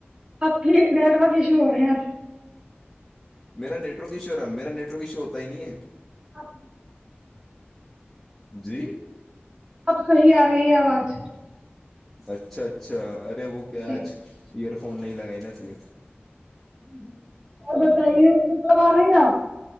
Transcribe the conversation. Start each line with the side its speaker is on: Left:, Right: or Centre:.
Right: آپ کے نیٹورک ایشو ہو رہے ہیں آج
Centre: میرا نیٹورک ایشو ہے رہا میرا نیٹ ورک ایشو ہوتا ہی نہیں ہے
Right: اپ <unintelligible>
Centre: جی <inaudible>
Right: اب صحیح آ رہی ہے آواز
Centre: اچھا اچھا ارے وہ کیا
Right: جی
Centre: آج ایئر فون نہیں لگائے نا اسے
Right: جی جی اور بتائیے کیوں کب آ رہے ہیں آپ